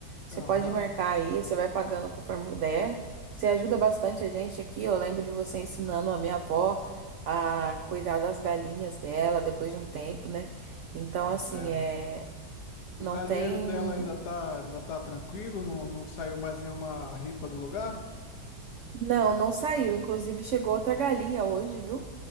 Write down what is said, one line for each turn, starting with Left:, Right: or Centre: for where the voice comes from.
Right: Você
Left: Aham,
Right: pode marcar aí, você vai pagando conforme puder. Você ajuda bastante a gente aqui. Eu lembro de você ensinando a minha avó a cuidar das galinhas dela depois de um tempo, né? Então
Left: pois
Right: assim,
Left: é.
Right: é,
Left: O
Right: não
Left: galinheiro
Right: tem
Left: dela ainda tá, ainda tá tranquilo, não, não saiu mais nenhuma ripa do lugar?
Right: Não, não saiu. Inclusive, chegou outra galinha hoje, viu?